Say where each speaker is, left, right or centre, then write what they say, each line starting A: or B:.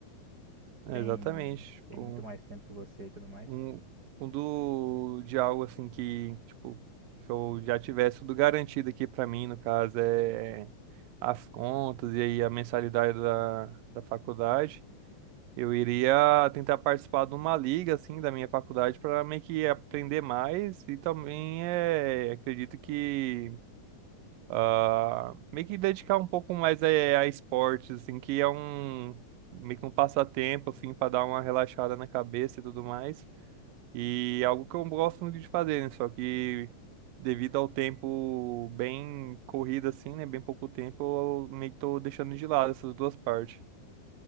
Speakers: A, on the right; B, on the right.
A: É,
B: Tem
A: Exatamente.
B: tem
A: Tipo,
B: muito mais tempo que você e tudo mais.
A: Um, um do de algo assim que, tipo, se eu já tivesse tudo garantido aqui pra mim, no caso, é as contas e aí a mensalidade da, da faculdade, eu iria tentar participar de uma liga, assim, da minha faculdade para meio que aprender mais e também é, acredito que ah, meio que dedicar um pouco mais é, a esportes, assim, que é um meio que um passatempo, assim, para dar uma relaxada na cabeça e tudo mais. E é algo que eu gosto muito de fazer, né? Só que devido ao tempo bem corrido assim, né? Bem pouco tempo, eu meio que tô deixando de lado essas duas partes.